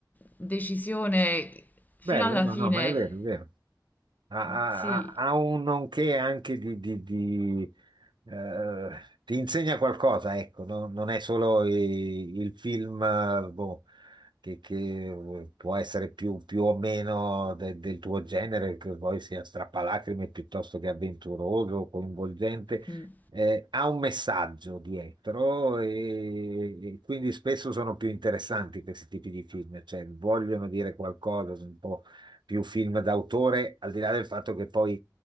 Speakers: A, on the left; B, on the right.
A: decisione fino
B: Bello,
A: alla
B: no,
A: fine.
B: no, ma è vero, è vero. ha,
A: Sì,
B: ha- ha- ha un nonché anche di, di- di, eh, ti insegna qualcosa, ecco, no? Non è solo i- il, film, eh, boh, che, che eh, può essere più, più o meno de- del tuo genere, che poi sia strappalacrime piuttosto che avventuroso, coinvolgente.
A: mm,
B: eh, ha un messaggio dietro e, e quindi spesso sono più interessanti questi tipi di film, cioè vogliono dire qualcosa, sono un po' più film d'autore, al di là del fatto che poi